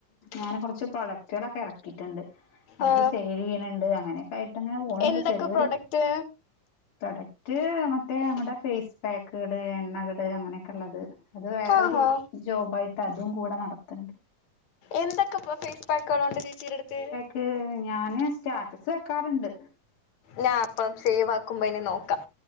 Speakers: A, on the left; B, on the left.
A: ഞൻ കുറച്ച് പ്രോഡക്റ്റുകളൊക്കെ ഇറക്കിയിട്ടുണ്ട് അത്
B: ആ
A: സെൽ ചെയ്യണണ്ട് അങ്ങനെ ആയിട്ട് ഇങ്ങനെ പോണണ്ട്
B: എന്തൊക്കെ
A: ചെറിയരു
B: പ്രോഡക്റ്റ്
A: പ്രൊഡക്റ്റ് പറഞ്ഞിട്ട് നമ്മടെ ഫേസ് പാക്കുകട് എണ്ണകള് അങ്ങനെയൊക്കെ ഉള്ളത് അത് വേറൊരു
B: ആണോ
A: ജോബായിട്ട് അതും കൂടെ നടത്തണ്ട്
B: എന്തൊക്കെ ഫേസ് പാക്കുകളുണ്ട് ചേച്ചീടെ അടുത്ത്?
A: മം. ഞാന് സ്റ്റാറ്റസ് വെക്കാറുണ്ട്
B: ഞാൻ അപ്പം സേവ് ആക്കുമ്പോ ഇനി നോക്കാം